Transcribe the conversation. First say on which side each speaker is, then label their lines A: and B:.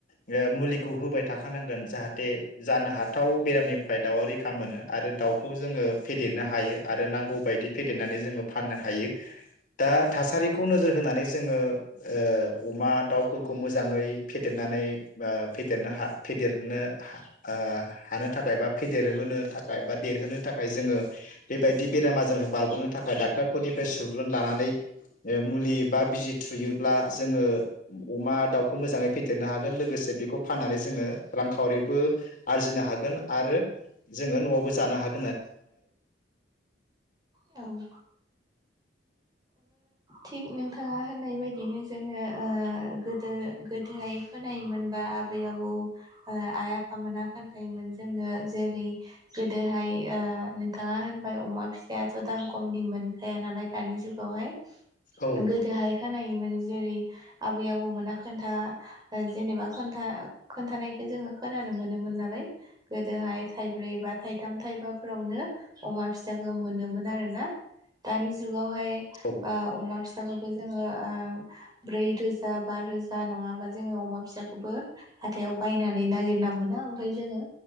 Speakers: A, on the left; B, on the right.
A: ओ मुलिखौ होबाय थाखानांगोन जाहाथे जानो हाथाव बेरामनिफ्राय दाउआ रैखा मोनो आरो दाउखौ खौ जोङो फेदेरनो हायो आरो नांगौ बायदि फेदेरनानै जोङो फाननो हायो दा थासारिखौ नोजोर होनानै जोङो ओ अमा दाउफोरखौ मोजाङै फेदेरनानै बा फेेदेरनो हा फेदेरनो हा ओ हानो थाखाय बा फेदेरहोनो थाखाय बा देरहोनो थाखाय जोङो बेबायदि बेराम आजारखो बारग'नो थाखाय डाक्ट'रफोरनिफ्राय सुबुरुन लानानै ओ मुलि बा बिजि थुयोब्ला जोङो अमा दाउखौ मोजाङै फेदेरनो हागोन लोगोसे बेखौ फाननानै जोङो रांखावरिबो आरजिनो हागोन आरो जोङो न'आवबो जानो हागो
B: औ थिग नोंथाङा होननाय बायदिनो जोङो ओ गोदो गोदोहाय खोनायोमोनबा आबै आबौ ओ आइ आफामोना खोन्थायायोमोन जोंनो जेरै गोदोहाय ओ नोंथाङा होनबाय अमा फिसायाथ' दाम खमनि मोनखाया नालाय दानि जुग बेवहाय
A: औ
B: गोदोहायखो खोनायोमोन जेरै आबै आबौमोना खोन्था ओ जेनेबा खोनथा खोन्थानायखो जोङो खोनानो मोनोमोन नालाय गोदोहाय थाइब्रै बा थाइथाम थाइबाफोरावनो अमा फिसाखो मोनोमोन आरोना दानि जुगावहाय
A: औ
B: बा अमा फिसाखौबो जोङो ओ ब्रै रोजा बा रोजा नङाबा जोङो अमा फिसाखौबो हाथायाव बायनानै नागिरना मोना ओमफ्राय जोङो